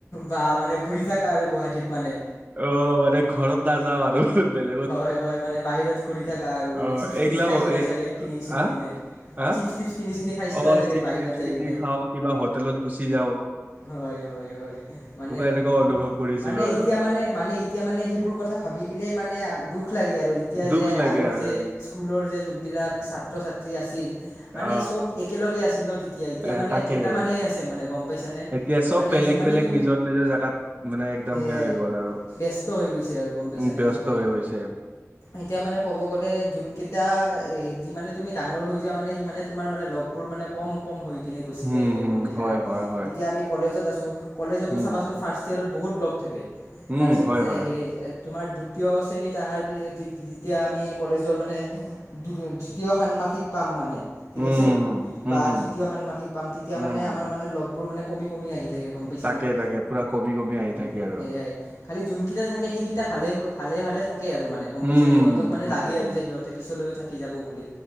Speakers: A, on the left; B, on the right.
A: বা মানে ঘুৰি থাকা আৰু গুৱাহাটীত মানে।
B: অ ঘৰত নাযাও আৰু বেলেগ
A: হয় - হয় মানে বাহিৰত ঘূৰি থাকা আৰু মানে
B: অ
A: চিপছ
B: এইগিলাও
A: টিপছ খাইছিলা
B: এই
A: চাগে কিনি চিনি
B: আহ
A: কিনে
B: আহ
A: চিপছ চিপছ কিনি চিনি খাইছিলা
B: অ,
A: চাগে
B: চিপছ
A: বাহিৰত
B: টিপছ
A: যাই
B: কিনি
A: কিনে
B: খাও কিবা হোটেলত গুচি যাও।
A: হয় - হয় - হয় মানে
B: এনেকুৱা অনুভৱ কৰিছিলো
A: মানে
B: আৰু
A: এতিয়া মানে মানে এতিয়া মানে সেইবোৰ কথা ভাবি কিনে মানে দুখ লাগে আৰু এতিয়া
B: দুখ
A: যে
B: লাগে
A: আগৰ
B: আৰু
A: যে স্কুলৰ যে যোনবিলাক ছাত্ৰ ছাত্ৰী আছিল
B: অ
A: মানে চব একেলগেই আছিল ন। এতিয়া - এতিয়া
B: এ
A: মানে
B: তাকে
A: কেইটামানহে আছে মানে গম পাইছানে?
B: এতিয়া চব
A: মানে
B: বেলেগ
A: যিমানে
B: - বেলেগ
A: তুমি
B: নিজৰ - নিজৰ জেগাত মানে একদম
A: সেয়াই
B: সে হৈ গ'ল আৰু
A: ব্যস্ত হৈ গৈছে আৰু গম পাইছানে
B: উম, ব্য
A: চবেই
B: স্ত হৈ গৈছে।
A: এতিয়া মানে ক'ব গ'লে যোন কেইটা এ যিমানে তুমি ডাঙৰ হৈ যোৱা মানে সি মানে তোমাৰ মানে লগবোৰ মানে কম - কম হৈ কিনে গুচি
B: উম
A: যাই থাকে
B: হুম
A: গম পাইছানে।
B: হয় হয় হয়
A: বা আমি কলেজত আছো কলেজতো
B: উম
A: চাবাচোন ফাৰ্ষ্ট ইয়েৰত বহুত লগ থাকে তাৰপিছত
B: উম হয় হয়
A: হেৰি তোমাৰ দুতীয় শ্ৰেণীত আহাৰ পি যেতিয়া আমি কলেজৰ মানে <unintelligible> দ্বিতীয় ষান্মাসিক পাম মানে ঠিক
B: উম
A: আছে
B: হুম হুম
A: বা
B: হুম
A: তৃতীয় ষান্মাসিক পাম তেতিয়া
B: হুম
A: মানে
B: হুম
A: আমাৰ মানে লগবোৰ মানে কমি কমি আহি থাকে গম
B: হুম
A: পাইছানে
B: তাকে তাকে পুৰা কমি কমি আহি
A: উম
B: থাকে আৰু
A: সেয়াই। খালী যোনকেইটা থাকে সেইকেইটা ভালে- ভালে -ভালে থাকে আৰু মানে। গম
B: উম
A: পাইছানে
B: হুম
A: সিহঁতক
B: হুম
A: মানে
B: বুজিছো
A: লাগে আৰু যে সিহঁতে পিছলৈও থাকি যাব বুলি।